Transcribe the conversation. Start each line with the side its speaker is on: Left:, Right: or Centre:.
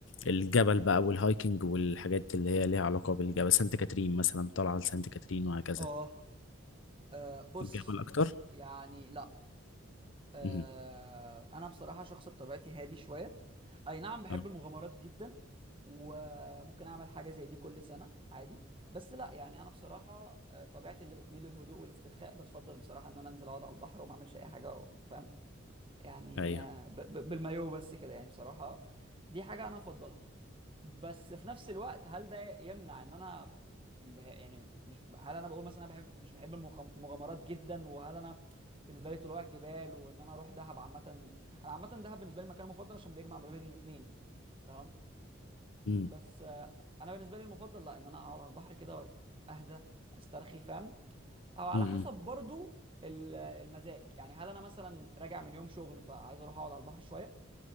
Left: الجبل بقى والهايكنج والحاجات اللي هي ليها علاقة بالجبل سانت كاترين مثلا طالعة لسانت كاترين وهكذا
Right: اه آه، بص
Left: الجبل اكتر
Right: يعني لا آه،
Left: مهم.
Right: انا بصراحه شخص بطبيعتي هادي شويه اي نعم بحب
Left: اه
Right: المغامرات جدا وممكن اعمل حاجه زي دي كل سنه عادي بس لا يعني انا بصراحه آه، طبيعتي اللي بتميل للهدوء والاسترخاء بتفضل بصراحه ان انا انزل اقعد على البحر وما اعملش اي حاجه و- فاهم يعني
Left: ايوه
Right: آه، ب- ب- بالمايو بس كده يعني بصراحه دي حاجه انا افضلها بس في نفس الوقت هل ده يمنع ان انا ب- يعني مش هل انا بقول مثلا انا بحب مش بحب المغ- المغامرات جدا وهل انا بالنسبه لي طلوع الجبال وان انا اروح دهب عامه انا عامه دهب بالنسبه لي مكان مفضل عشان بيجمع ما بين الاثنين تمام
Left: مم.
Right: بس آه، انا بالنسبه لي المفضل لا ان انا اقعد على البحر كده واهدى استرخي فاهم او على
Left: مم.
Right: حسب برضو ال- المزاج يعني هل انا مثلا راجع من يوم شغل فعايز اروح اقعد على البحر شويه